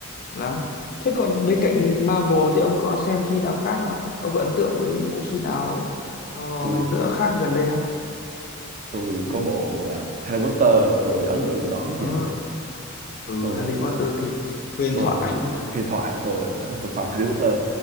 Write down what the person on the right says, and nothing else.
Tụi
tôi có bộ à, Harry Potter là tôi ấn tượng từ đó đến
giờ
tôi
là
tôi
là
huyền thoại tôi là tôi fan Harry Potter